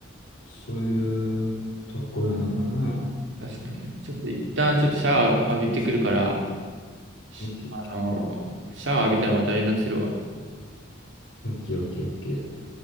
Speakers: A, on the left; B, on the right.
A: そういうとこなのかな。
B: 確かにね。ちょっと一旦ちょっとシャワー浴びてくるから、しあのーシャワー浴びたらまた連絡するわ。
A: オッケー、オッケー、オッケー。